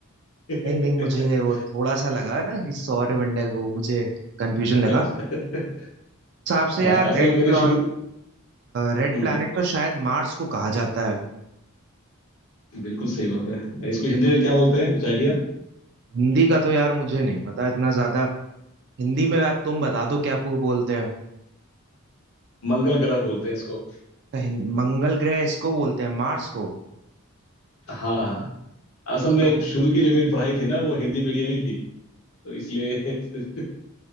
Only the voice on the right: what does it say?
नहीं नहीं मुझे
वो थोड़ा सा लगा ना कि सौर मंडल वो मुझे कंफ्यूजन लगा
हिसाब से
यार
रेड
प्लॉन
रेड
प्लैनेट
तो शायद मार्स को कहा जाता है
हिंदी का तो यार मुझे नहीं पता इतना ज्यादा हिंदी में आप तुम बता दो क्या पू बोलते हैं
तो हिं- मंगल ग्रह इसको बोलते हैं मार्स को
चलो